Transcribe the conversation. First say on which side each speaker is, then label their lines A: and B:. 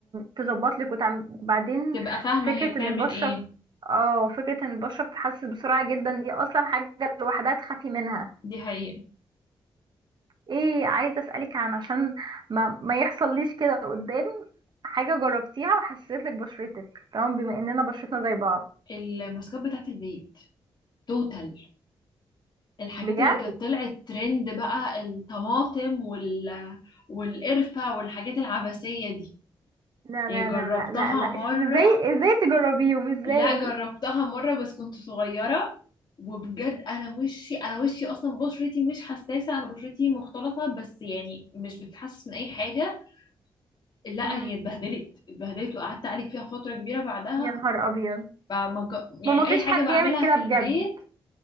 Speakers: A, on the right; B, on the left.
A: تظبط لك وتعمل وبعدين
B: تبقى فاهمة
A: فكرة
B: هي بتعمل
A: ان البشرة
B: ايه
A: اه فكرة ان البشرة بتتحسس بسرعة جدا دي اصلا حاجة لوحدها تخافي منها
B: دي حقيقة
A: ايه عايزة اسألك عن عشان ما, ما يحصل ليش كده قدام حاجة جربتيها وحسيت لك بشرتك تمام بما اننا بشرتنا زي بعض
B: الماسكات بتاعت البيت توتال الحاجات
A: بجد
B: اللي كانت طلعت ترند بقى الطماطم وال... والقرفة والحاجات العبثية دي
A: لا
B: يعني
A: لا
B: جربتها
A: لا لا لا لا
B: مرة
A: ازاي ازاي تجربيهم
B: لا
A: ازاي
B: جربتها مرة بس كنت صغيرة وبجد انا وشي انا وشي اصلا بشرتي مش حساسة انا بشرتي مختلطة بس يعني مش بتحسس من اي حاجة لا
A: مم.
B: هي اتبهدلت اتبهدلت وقعدت اعالج فيها فترة كبيرة بعدها
A: يا نهار ابيض
B: فما ج-
A: ما
B: يعني
A: ما فيش
B: اي حاجة
A: حد
B: بعملها
A: يعمل كده
B: في
A: بجد
B: البيت